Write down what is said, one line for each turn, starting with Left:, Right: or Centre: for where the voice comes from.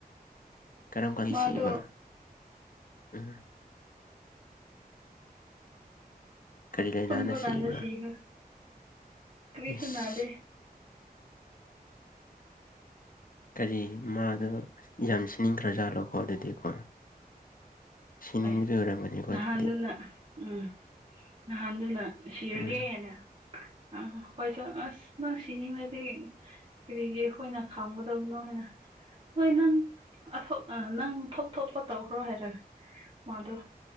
Left: ꯀꯔꯝ ꯀꯥꯂꯤꯁꯤꯕ
Right: ꯃꯥꯗꯣ
Left: ꯎꯝ ꯀꯔꯤ ꯂꯥꯏꯅꯥꯅ
Right: ꯇꯨꯝꯕ ꯀꯥꯟꯗ
Left: ꯁꯤꯕ꯭ꯔꯥ
Right: ꯁꯤꯈ ꯀ꯭ꯔꯤꯁꯟꯅꯥꯗꯦ
Left: ꯏꯁ ꯀꯔꯤ ꯃꯥꯗꯣ ꯌꯥꯝꯁꯤꯅꯤꯡꯈ꯭ꯔꯖꯥꯠꯂꯣꯀꯣ ꯑꯗꯨꯗꯤꯀꯣ ꯁꯅꯤꯒ
Right: ꯍꯣꯏ
Left: ꯑꯣꯔ ꯃꯅꯤ ꯀꯊꯗꯤ
Right: ꯅꯍꯥꯟꯗꯨꯅ ꯎꯝ ꯅꯍꯥꯟꯗꯨꯅ ꯁꯤꯔꯒꯦꯅ
Left: ꯎꯝ
Right: ꯑ ꯍꯣꯏꯁꯨ ꯑꯁ ꯅꯪ ꯁꯤꯅꯤꯡꯉꯗꯤ ꯀꯔꯤꯒꯤ ꯑꯩꯈꯣꯏꯅ ꯈꯥꯝꯒꯗꯕꯅꯣ ꯍꯥꯏꯅ ꯍꯣꯏ ꯅꯪꯊ ꯅꯪ ꯊꯣꯛ ꯊꯣꯛꯄ ꯇꯧꯈ꯭ꯔꯣ ꯍꯥꯏꯔꯒꯦ ꯃꯥꯗꯣ